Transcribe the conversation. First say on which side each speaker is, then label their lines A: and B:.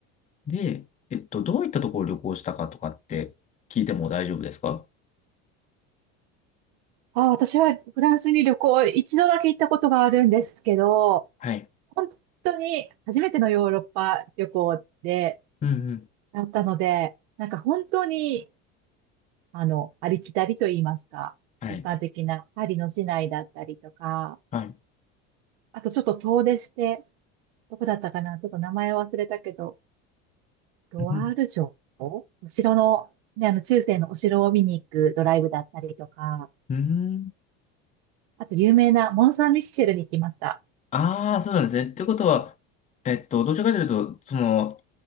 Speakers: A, on the left; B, on the right.
A: で、えっと、どういったところを旅行したかとかって聞いても大丈夫ですか
B: あ、私はフランスに旅行、一度だけ行ったことがあるんですけど、
A: はい。
B: 本当に初めてのヨーロッパ旅行で、
A: うんうん。
B: だったので、なんか本当に、あの、ありきたりと言いますか、
A: はい。
B: 一般的なパリの市内だったりとか、
A: はい。
B: あとちょっと遠出して、どこだったかな、ちょっと名前忘れたけど、ロワール城、
A: うん。
B: お城の、ね、あの、中世のお城を見に行くドライブだったりとか、
A: うん。
B: あと有名なモン・サン・ミッシェルに行きました。
A: ああ、そうなんですね。ってことは、えっと、どちらかというと、その、